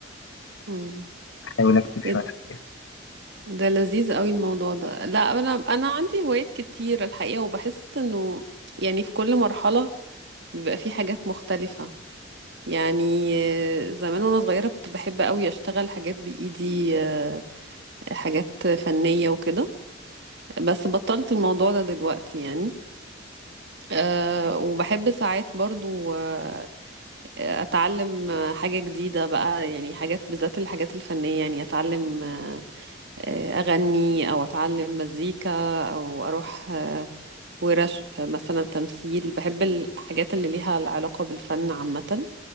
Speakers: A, on the right; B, on the left.
A: مم.
B: أحاول أكتب شوية
A: ايه
B: حاجات
A: ده لذيذ قوي الموضوع ده لا انا انا عندي هوايات كتير الحقيقة وبحس انه يعني في كل مرحلة بيبقى في حاجات مختلفة يعني آه، زمان وانا صغيرة كنت بحب قوي اشتغل حاجات بايدي آه، حاجات فنية وكده بس بطلت الموضوع ده دلوقتي يعني أه وبحب ساعات برضو آه، أتعلم آه، حاجة جديدة بقى يعني حاجات بالذات الحاجات الفنية يعني أتعلم آه، آه، أغني أو أتعلم مزيكا أو أروح آه، ورش مثلا تمثيل بحب الحاجات اللي ليها العلاقة بالفن عامة